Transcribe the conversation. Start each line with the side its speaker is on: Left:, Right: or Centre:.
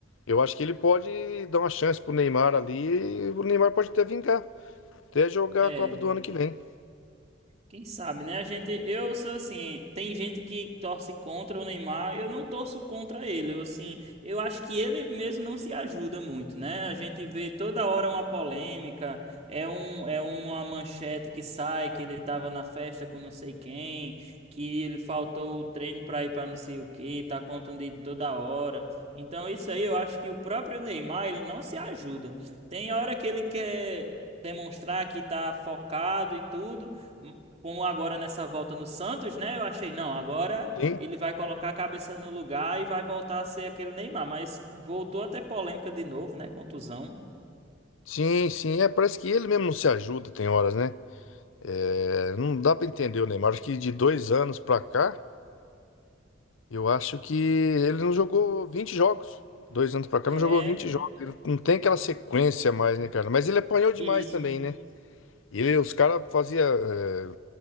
Left: Eu acho que ele pode dar uma chance pro Neymar ali, e o Neymar pode até vingar, até jogar
Right: É,
Left: a Copa do ano que vem.
Right: Quem sabe, né? A gente, eu sou assim, tem gente que torce contra o Neymar, eu não torço contra ele. Eu assim, eu acho que ele mesmo não se ajuda muito, né? A gente vê toda hora uma polêmica, é um é uma manchete que sai que ele tava na festa com não sei quem, que ele faltou o treino para ir para não sei o que tá contundido toda hora. Então isso aí eu acho que o próprio Neymar, ele não se ajuda. Tem hora que ele quer demonstrar que tá focado e tudo, como agora nessa volta no Santos, né? Eu achei, não, agora
Left: Sim,
Right: ele vai colocar a cabeça no lugar e vai voltar a ser aquele Neymar. Mas voltou até polêmica de novo, né? Contusão.
Left: sim, sim. É, parece que ele mesmo não se ajuda, tem horas, né? É, não dá pra entender o Neymar. Acho que de dois anos pra cá. Eu acho que ele não jogou 20 jogos. Dois anos pra cá,
Right: É,
Left: não jogou 20 jogos. Ele não tem aquela sequência mais, né, cara? Mas ele apanhou demais
Right: isso.
Left: também, né? Ele, os caras fazia, é,